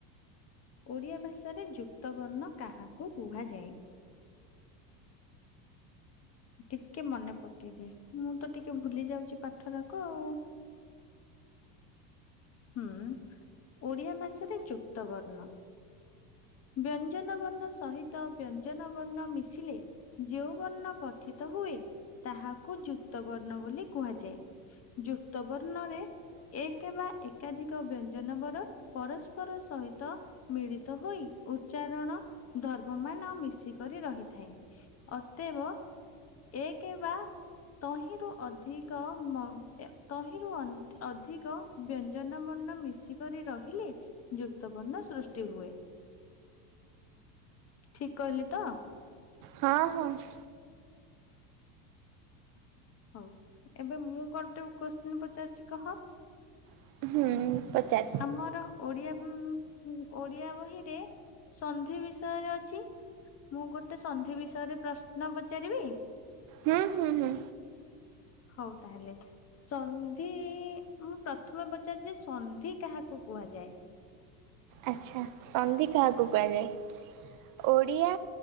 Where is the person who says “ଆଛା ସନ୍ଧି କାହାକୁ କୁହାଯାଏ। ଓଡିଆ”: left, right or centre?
Right